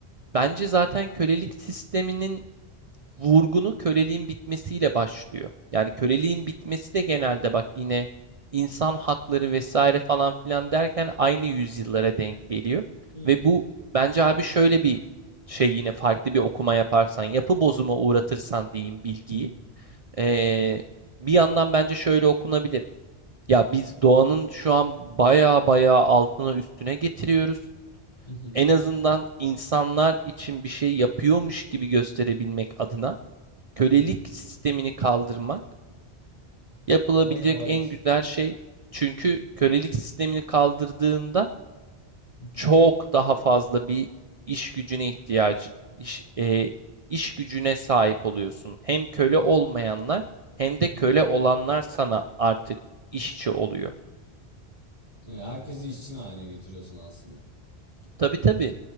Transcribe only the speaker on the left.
Hmm.
Mhm.
Mhm.
Mhm.
Ama doğayı
Mhm.
Mhm.
Yani herkesi işçi haline getiriyorsun aslında.